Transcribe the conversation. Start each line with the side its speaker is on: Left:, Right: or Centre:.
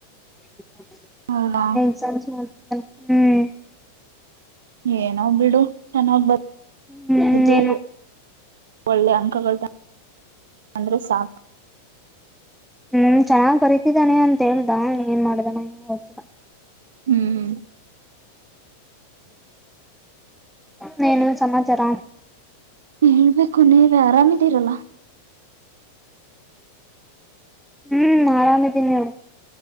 Centre: <unintelligible>
Right: ಹೌದಾ
Centre: ಹ್ಮ್
Right: ಏನೋ ಬಿಡು. ಚೆನ್ನಾಗ್ ಬರ್
Centre: ಹ್ಮ್
Right: ಅದು
Centre: ಏನು
Right: ಒಳ್ಳೆ ಅಂಕಗಳು ಅಂದ್ರೆ ಸಾಕು.
Centre: ಹ್ಮ್ ಚೆನ್ನಾಗ್ ಬರಿತಿದ್ದಾನೆ ಅಂತ ಹೇಳ್ದ ನೀ ಏನ್ ಮಾಡ್ದಾನೋ ಗೊತ್ತಿಲ್ಲಾ.
Right: ಹ್ಮ್
Centre: ನೇನು ಸಮಾಚಾರ.
Right: ಹೇಳ್ಬೇಕು ನೀ ನೀ ಆರಾಮಿದೀರಲ್ಲ.
Centre: ಹ್ಮ್ ಆರಾಮ್ ಇದೀನ್ ನೋಡು.